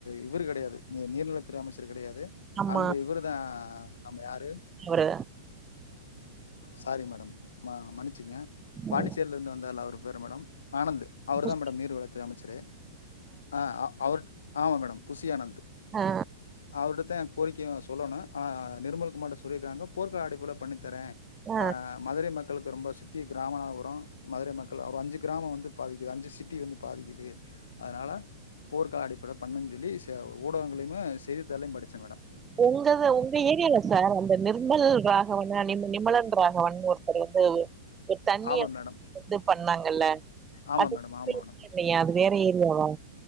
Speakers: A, on the left (about 80°); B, on the right (about 20°).
A: இவுரு கெடையாது நீர்நிலத்துறை அமைச்சர் கெடையாது
B: ஆமா
A: அன்பு இவரு தா நம்ம யாரு
B: அவரு
A: சாரி மேடம் மன்னிச்சிக்ங்க பாண்டிச்சேர்லந்து
B: ம்.
A: வந்தார்ல அவுரு வேற மேடம் ஆனந்த் அவ்ருதா
B: புஸ்
A: மேடம் நீர்வளத்து அமெச்சரு அ அ அவர் ஆமா மேடம் புசி ஆனந்த்
B: அ
A: அவருட்டத கோரி க்கையு சொல்லணு ஆனா நிர்மல் குமார்ட்ட சொல்லிர்க்காங்க போர்க்க அடைப்புல தரே
B: அ
A: வ
B: அ
A: மதுரை மக் க்களுக்கு ரொம்ப சுத்தி கிராமனா வரு ரு மதுரை மக்கள் ஒரு அஞ்சு கிராமொ வந்து பாதிக்குது அஞ்சு சிட் டி வந்து பாதிக்கிது அதனால போர்க்கா அடிப்பட பண்ணுன் சொல்லி செ ஊடகங்கள்ளயுமே செய்தித்தாள்ளை படிச்ச மேடம்
B: ஒங்கது ஒங்க ஏரியால சார் அந்த நிர்மல் ராகவன்ன நிம நிமலன் ராகவன் ஒருத்தர் வந்து தண்ணீய
A: ஆமா மேடம்.
B: <inaudible> பண்ணாங்கல்ல
A: ஆமா
B: அது
A: மேடம், ஆமா மேடம்.
B: <inaudible> அது வேற ஏரியாவா